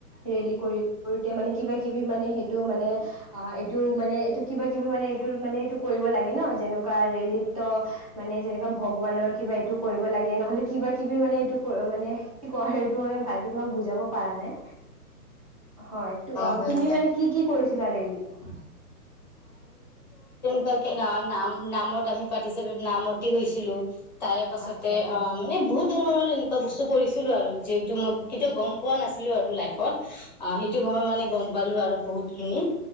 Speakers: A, on the right (about 25°); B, on the left (about 30°).
A: ৰেলী কৰি কৰোতে মানে কিবা কিবি মানে সেইটো মানে আ, এইটো মানে এইটো কিবা কিবি মানে এইটো মানে এইটো কৰিব লাগে ন যেনেকুৱা ৰেলীত তো মানে যেনেকা ভগৱানৰ কিবা এইটো কৰিব লাগে নহ'লে কিবা কিবি মানে এইটো মানে কি কয় এইটো মই ভালকে তোমাক বুজাব পাৰা নাই। হয়, অ',
B: হয়
A: তুমি
B: দিয়া
A: মানে কি, কি কৰিছিলা ৰেলীত?
B: নাম, নাম, নামত আমি পাৰ্টিচিপেট নামতি হৈছিলো। তাৰে পাছতে
A: আচ্ছা আচ্ছা
B: অ', মানে বহুত ধৰণৰ এনেকুৱা বস্তু কৰিছিলো আৰু যিহেটো মোক কেতিয়াও গম পোৱা নাছিলো আৰু লাইফত অ', সেইটো সময়ত মানে গম পালো আৰু বহুত খিনি